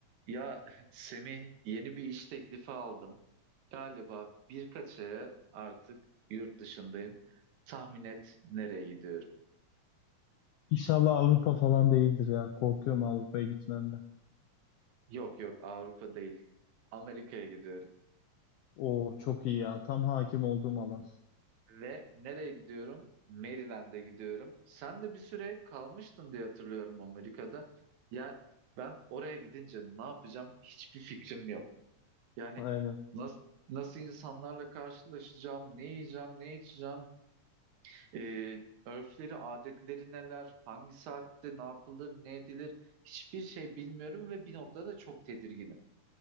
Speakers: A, on the right (about 75°); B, on the left (about 80°).
A: Ya <laughs> Semih yeni bir iş teklifi aldım. Galiba birkaç aya artık yurt dışındayım. Tahmin et nereye gidiyorum?
B: İnşallah Avrupa falan değildir ya. Korkuyorum Avrupa'ya gitmenden.
A: Yok yok Avrupa değil. Amerika'ya gidiyorum.
B: Oo çok iyi ya. Tam hakim olduğum alan.
A: Ve nereye gidiyorum? Maryland'e gidiyorum. Sen de bir süre kalmıştın diye hatırlıyorum Amerika'da. Ya ben oraya gidince ne yapacağım? Hiçbir fikrim yok. Yani
B: Aynen.
A: nasıl nasıl insanlarla karşılaşacağım, ne yiyeceğim, ne içeceğim E, örfleri, adetleri neler, hangi saatte ne yapılır, ne edilir hiçbir şey bilmiyorum ve bir noktada çok tedirginim.